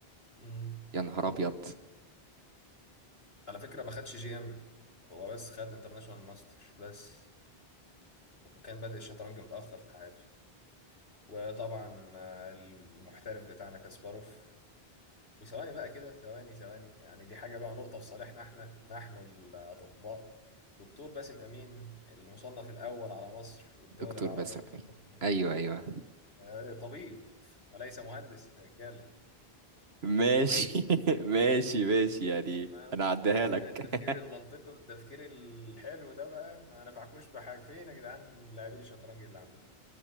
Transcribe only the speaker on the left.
مم.
على فكرة ما خدش جي ام هو بس خد انترناشونال ماستر بس وكان بادئ الشطرنج متأخر في حياته وطبعا آه، المحترف بتاعنا كاسباروف وثواني بقى كده ثواني ثواني يعني دي حاجة بقى نقطة في صالحنا احنا نحن الأطباء دكتور باسم أمين المصنف الأول على مصر والدول
العربية
في الفترة
الأخيرة
آه، طبيب وليس مهندس يا رجالة
طبيب
فاهم؟
عشان التفكير
المنطقي والتفكير الحلو ده بقى ما نفعكوش بحاجة فين يا جدعان لاعبين الشطرنج اللي عندكم